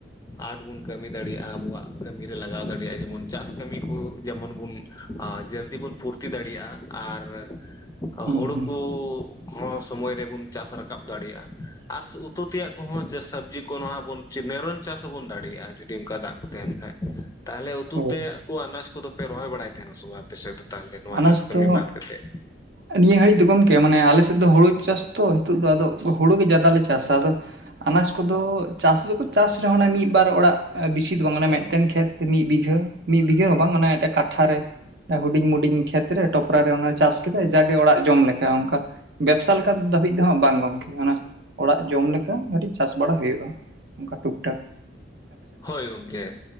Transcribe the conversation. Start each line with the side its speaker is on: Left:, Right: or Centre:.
Left: ᱟᱴ ᱵᱩᱱ ᱠᱟᱹᱢᱤ ᱫᱟᱲᱮᱭᱟᱜ-ᱟ ᱟᱵᱩᱣᱟᱜ ᱠᱟᱹᱢᱤᱨᱮ ᱞᱟᱜᱟᱣ ᱫᱟᱲᱮᱭᱟᱜ-ᱟ ᱡᱮᱢᱚᱱ ᱪᱟᱥ ᱠᱟᱹᱢᱤ ᱠᱩ ᱡᱮᱢᱚᱱ ᱵᱩᱱ ᱟᱨ ᱡᱟᱞᱫᱤ ᱵᱚᱱ ᱯᱷᱩᱨᱛᱤ ᱫᱟᱲᱮᱭᱟᱜ-ᱟ ᱟᱨᱻ
Right: ᱦᱩᱸ
Left: ᱦᱳᱲᱳ
Right: ᱦᱩᱸ
Left: ᱠᱳ ᱦᱚᱸ ᱥᱚᱢᱚᱭ ᱨᱮᱵᱚᱱᱼ ᱪᱟᱥ ᱨᱟᱠᱟᱵ ᱫᱟᱲᱮᱭᱟᱜ-ᱟ, ᱟᱨ ᱩᱛᱩ ᱛᱮᱭᱟᱜ ᱠᱚᱦᱚᱸ ᱡᱟᱹ ᱥᱚᱵᱽᱡᱤ ᱠᱚ ᱱᱟᱦᱟᱜ ᱵᱚᱱᱼᱼ ᱥᱤᱢ ᱢᱮᱨᱚᱱ ᱪᱟᱥ ᱦᱚᱸᱵᱚᱱ ᱫᱟᱲᱮᱭᱟᱜ-ᱟ, ᱡᱩᱫᱤ ᱚᱱᱠᱟ ᱫᱟᱜ ᱠᱚ ᱛᱟᱦᱮᱱ ᱠᱷᱟᱡ ᱛᱟᱦᱚᱞᱮ ᱩᱛᱩ
Right: ᱦᱳᱭ
Left: ᱛᱮᱭᱟᱜ ᱠᱚ ᱟᱱᱟᱡ ᱠᱚᱫᱚ ᱯᱮ ᱨᱚᱦᱚᱭ ᱵᱟᱲᱟᱭ ᱛᱟᱦᱮᱱᱟ ᱥᱚᱵ ᱟᱯᱮ ᱥᱮ ᱫᱚ ᱛᱟᱦᱚᱞᱮ ᱱᱚᱣᱟ
Right: ᱟᱱᱟᱡ
Left: ᱪᱟᱥ ᱠᱟᱹᱢᱤ
Right: ᱫᱚ
Left: ᱵᱟᱫ ᱠᱟᱛᱮᱜ?
Right: ᱱᱤᱭᱟᱹ ᱜᱷᱟᱹᱲᱤᱡ ᱫᱚ ᱜᱚᱢᱠᱮ ᱢᱟᱱᱮ, ᱟᱞᱮ ᱥᱮᱫ ᱫᱚ ᱦᱩᱲᱩ ᱪᱟᱥ ᱛᱚ ᱱᱤᱛᱚᱜ ᱫᱚ ᱟᱫᱚ ᱦᱩᱲᱩ ᱜᱮ ᱡᱟᱫᱟ ᱞᱮ ᱪᱟᱥᱟ ᱟᱫᱚ᱾ ᱟᱱᱟᱡ ᱠᱚᱫᱚᱻ ᱪᱟᱥ ᱫᱚᱠᱚ ᱪᱟᱥ ᱨᱮᱦᱚᱸ ᱢᱤᱫᱵᱟᱨ ᱚᱲᱟᱜ ᱵᱮᱥᱤ ᱫᱚ ᱵᱟᱝ ᱢᱤᱫᱴᱮᱱ ᱠᱷᱮᱛ᱾ ᱢᱤᱫ ᱵᱤᱜᱷᱟᱹ, ᱢᱤᱫ ᱵᱤᱜᱷᱟᱹ ᱦᱚᱸ ᱵᱟᱝ ᱚᱱᱟ ᱠᱟᱴᱷᱟ ᱨᱮ ᱡᱟᱦᱟᱸ ᱦᱩᱰᱤᱧ ᱦᱩᱰᱤᱧ ᱠᱷᱮᱛᱨᱮ ᱴᱚᱯᱨᱟ ᱨᱮ ᱚᱱᱟ ᱪᱟᱥ ᱠᱮᱫᱟᱭ ᱡᱟᱜᱮ ᱚᱲᱟᱜ ᱡᱚᱢ ᱞᱮᱠᱟ᱾ ᱚᱱᱠᱟ ᱵᱮᱵᱽᱥᱟ ᱞᱮᱠᱟ ᱫᱷᱟᱹᱵᱤᱡ ᱫᱚᱦᱟᱸᱜ ᱵᱟᱝ ᱜᱚᱢᱠᱮ, ᱚᱱᱟ ᱚᱲᱟᱜ ᱡᱚᱢ ᱞᱮᱠᱟ ᱠᱟᱹᱴᱤᱡ ᱪᱟᱥ ᱵᱟᱲᱟ ᱦᱩᱭᱩᱜ-ᱟ᱾ ᱚᱱᱠᱟ ᱴᱩᱠᱴᱟᱠ᱾
Left: ᱦᱳᱭ ᱜᱚᱢᱠᱮ᱾